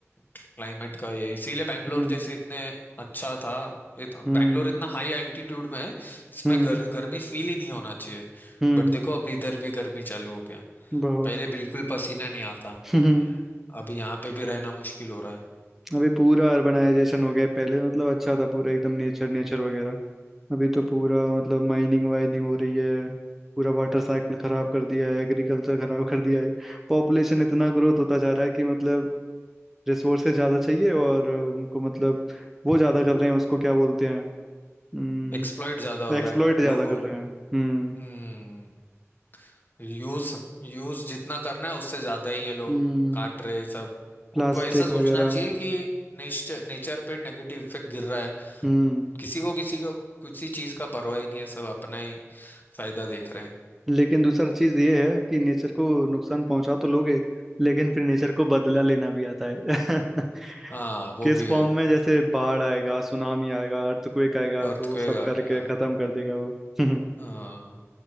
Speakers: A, on the left (about 40°); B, in the centre.
A: क्लाइमेट का ये इसीलिए बैंगलोर
B: हम्म
A: जैसे इतने अच्छा था इत, बैंगलोर
B: हम्म
A: इतना हाई एल्टीट्यूड में है इसमें
B: हम्म
A: गर, गर्मी फील ही नहीं होना चाहिए
B: हम्म
A: बट देखो अभी इधर भी गर्मी चालू हो गया
B: बहुत
A: पहले बिल्कुल पसीना नहीं आता
B: हम्म
A: अभी यहाँ पे भी रहना मुश्किल हो रहा है
B: अभी पूरा अर्बनाइजेशन हो गया है। पहले मतलब अच्छा था पूरा एकदम नेचर नेचर वगैरह अभी तो पूरा मतलब माइनिंग वाइनिंग हो रही है पूरा वाटर साइकिल खराब कर दिया है एग्रीकल्चर खराब कर दिया है पॉपुलेशन इतना ग्रोथ होता जा रहा है कि मतलब रिसोर्सेज ज्यादा चाहिए और उनको मतलब वो ज्यादा कर रहे हैं उसको क्या बोलते हैं हम्म
A: एक्सप्लॉइट ज्यादा हो
B: एक्सप्लॉइट
A: रहा है
B: ज्यादा
A: लोग
B: कर रहे हैं हम्म
A: हम्म यूज यूज जितना करना है उससे ज्यादा ही ये लोग
B: हम्म
A: काट रहे हैं सब
B: प्लास्टिक
A: उनको ऐसा सोचना
B: वगैरह
A: चाहिए कि नेचर पे नेगेटिव इफेक्ट गिर रहा है
B: हम्म
A: किसी को किसी को किसी चीज का परवाह ही नहीं है सब अपना ही फायदा देख रहे हैं
B: लेकिन दूसरा चीज ये है कि नेचर को नुकसान पहुंचा तो लोगे लेकिन फिर नेचर को बदला लेना भी आता है <laughs>
A: हाँ वो
B: किस
A: भी
B: फॉर्म
A: है
B: में जैसे बाढ़ आएगा सुनामी आएगा अर्थक्वेक आएगा
A: अर्थक्वेक
B: तो वो सब
A: आ
B: करके
A: गया
B: खत्म कर देगा वो <laughs>
A: हाँ